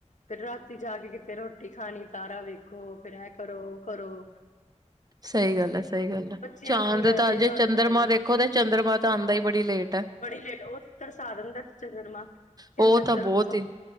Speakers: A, on the left; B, on the right.
A: ਫੇਰ ਰਾਤੀ ਜਾ ਕੇ, ਕਿਤੇ ਰੋਟੀ ਖਾਣੀ। ਤਾਰਾ ਵੇਖੋ ਫੇਰ ਐ ਕਰੋ- ਉਹ ਕਰੋ। <inaudible>
B: ਸਹੀ ਗੱਲ ਹੈ, ਸਹੀ ਗੱਲ ਹੈ।
A: ਬੱਚਿਆਂ
B: ਚਾਂਦ
A: ਨਾਲ ਵੈਸੇ
B: ਤਾਂ ਅਜੇ
A: ਤੁਹਾਨੂੰ
B: ਚੰ ਚੰਦਰਮਾ
A: ਪਤਾ ਨੀ
B: ਦੇਖੋ ਤੇ, ਚੰਦਰਮਾ ਤਾਂ ਆਉਂਦਾ ਹੀ, ਬੜੀ ਲੇਟ ਹੈ।
A: ਬੜੀ ਲੇਟ। ਉਹ ਤੇ ਤਰਸਾ ਦਿੰਦਾ ਸੀ। ਚੰਗਰਮਾ ਕਹਿੰਦਾ
B: ਉਹ ਤਾਂ
A: ਤਰਸਾ
B: ਬਹੁਤ ਹੀ